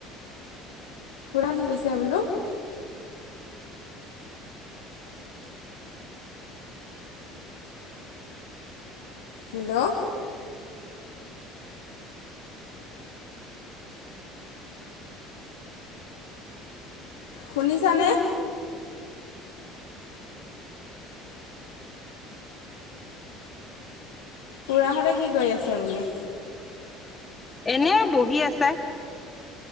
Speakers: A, on the left; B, on the left.
A: খুৰা কি কৈছে বোলো <unintelligible> হেল্ল' শুনিছানে খুৰাহতে কি কৰি আছে বোলো
B: এনে বহি আছে